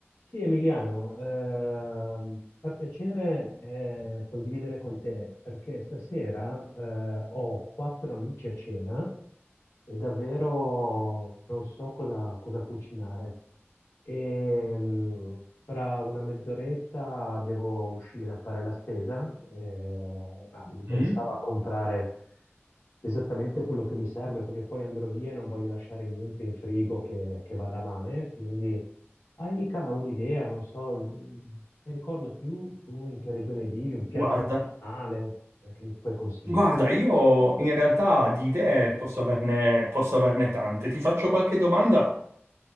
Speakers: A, on the left; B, on the right.
A: Sì, Emiliano, ehm, fa piacere eh, condividere con te perché stasera eh, ho quattro amici a cena e davvero non so cosa, cosa cucinare. E, mh, tra una mezz'oretta devo uscire a fare la spesa. eh, bah, mi interessava
B: Mm?
A: comprare esattamente quello che mi serve perché poi andrò via e non voglio lasciare niente in frigo che, che vada male, quindi hai mica un'idea, non so, non mi ricordo più tu in che regione vivi, un piatto
B: Guarda,
A: regionale eh, che mi puoi consigliare.
B: guarda, io in realtà di idee posso averne, posso averne tante. Ti faccio qualche domanda